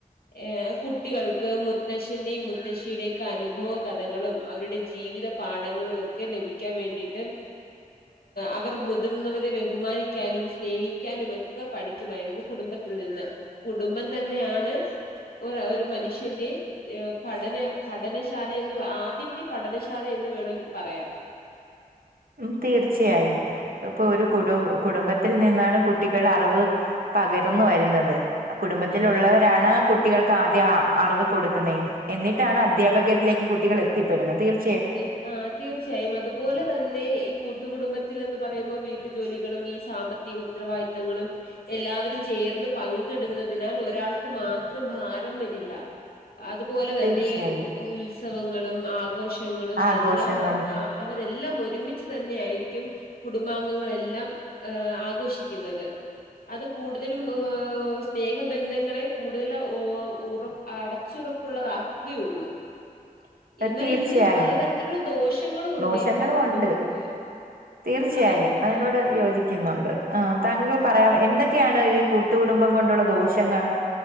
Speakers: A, on the left; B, on the right.
A: ഏ കുട്ടികൾക്ക് മുത്തശ്ശന്റെയും മുത്തശ്ശിയ്ടെകെ നുഭവ കഥകളും അവരുടെ ജീവിത പാഠങ്ങളും ഒക്കെ ലഭിക്കാൻ വേണ്ടിയിട്ട്. അവർ മുതിർന്നവരെ ബഹുമാനിക്കാനും. സ്നേഹിക്കാനുമൊക്കെ പഠിക്കുമായിരുന്നു. കുടുംബത്തിൽ നിന്ന്. കുടുംബം തന്നെയാണ്. ഒരോഒരു മനുഷ്യന്റെ പഠന പഠനശാല എന്ന് വ ആദ്യത്തെ പഠനശാല എന്ന് വേണമെങ്കി പറയാം
B: ഉം. തീർച്ചയായും. ഇപ്പോ ഒരു കുടു കുടുംബത്തിൽ നിന്നാണ് കുട്ടികൾ അറിവ് പകരുന്ന് വരുന്നത്. കുടുംബത്തിലുള്ളവരാണ്
A: ആഹ്
B: കു ട്ടികൾക്കാദ്യാ അറിവ് കൊടുക്ക്‌ന്നെ എന്നിട്ടാണദ്ധ്യാപകരിലേക്ക് കുട്ടികളെത്തിപ്പെട്ന്നത്. <unintelligible>
A: എ ആ തീർച്ചയായും അതു പോലെ തൻ ന്നെ ഈ കൂട്ടുകുടുംബത്തിൽ എന്ന് പറയുമ്പം വീട്ടു ജോലികളും ഈ സാമ്പത്തിക ഉത്തരവായിത്തങ്ങളും എൽ ല്ലാവരും ചേർന്ന് പങ്കിടുന്നതിനാൽ ഒരാൾക്ക് മാത്രം ഭാരം വരില്ല. അതു പോലെ തന്നെ
B: തീർച്ചയായും
A: ഈ ഉൽസവങ്ങളും ആഘോഷ ഞങ്ങളും
B: ആഘോഷങ്ങളും
A: എല്ലാം അ ആ അവരെല്ലാം ഒരുമിച്ച് തന്നെ ആയിരി ക്യും കുടുംബാംഗങ്ങളെല്ലാം ഏ ആഘോഷിക്കുന്നത്. അത് കൂടുതലും <unintelligible> സ്നേഹ ബന്ധങ്ങളെ കൂടുതല ഓ ഉറ അടച്ചു റപ്പുള്ളതാക്കേ ഉള്ളു.
B: <inaudible>
A: എന്നാൽ
B: തീർച്ചയായും
A: ഇതിന് പല തരത്തിലുള്ള ദോഷങ്ങളു ഉണ്ടീ
B: ദോഷങ്ങളും
A: കൂട്ടുകുടുംബം
B: ഉണ്ട്
A: കൊണ്ട്.
B: തീർച്ചയായും.
A: അവ
B: അതിനോട്
A: ആ
B: യോജിക്കുന്നുണ്ട്. ആ താങ്കൾ പറയാം എന്ത ക്കെയാണ് ഈ കൂട്ടു കുടുംബം കൊണ്ടുള്ള ദോഷങ്ങൾ.